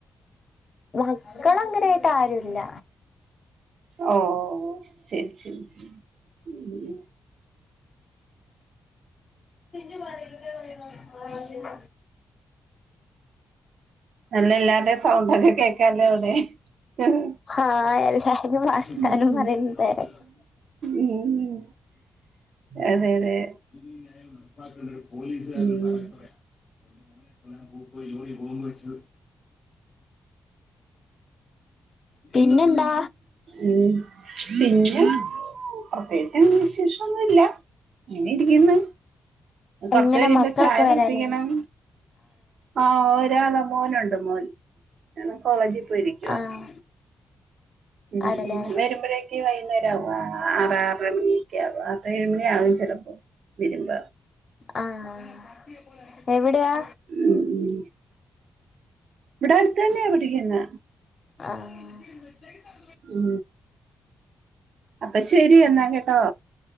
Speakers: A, on the left (about 45°); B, on the right (about 75°).
A: മക്കൾ അങ്ങനെയിട്ട് ആരുല്ല.
B: ഓഹ ശരി ശരി. ഉം
A: ഇജിനി പറഞ്ഞതന്നെ പറിണ് ശരി.
B: നല്ല എല്ലാവരുടെ സൗണ്ടാക്കെ കേക്കാലോ അവിടെ. ആഹ
A: ആഹ് എല്ലാരും വർത്താനം
B: ഏഹ.
A: പറയുന്ന തെരക്കാ
B: ഉം അതെ അതെ
A: ഇത് നടപ്പാക്കേണ്ട ഒരു പോലീസുകാരന്റെ
B: ഉം
A: സഹായത്തോടെയാ. എന്റെ മോന്റെ പൂക്കോഴി ജോലി പോകോവെച്. പിന്നെന്താ.
B: ഉം പിന്ന. പ്രത്യേകിച്ച് വിശേഷന്നുല്ല അങ്ങനെ ഇരിക്കുന്നു. കൊറച്ചു
A: എങ്ങനെ
B: കഴിയുമ്പോ
A: മക്കളൊക്കെ
B: ചായ തിളപ്പിക്കണം
A: വരാനായി
B: ആഹ് ഒരാള് മോനുണ്ട്. മോൻ അവന് കോളേജിൽ പോയിരിക്കവാ.
A: ആഹ്
B: ഉം
A: അതല്ലേ
B: <unintelligible> വൈകുന്നേര ആവുക ആറാറര മണിയൊക്കെ ആക ആത്ര ഏഴ് മണി ആകും ചിലപ്പോ വരുമ്പ
A: ആഹ എവിടെയാ
B: ഉം ഉം ഇവിടെ അടുത്ത തന്നെയ പിടിക്കുന്ന
A: ആഹ
B: ഉ അപ്പൊ ശരി എന്നാ കേട്ടോ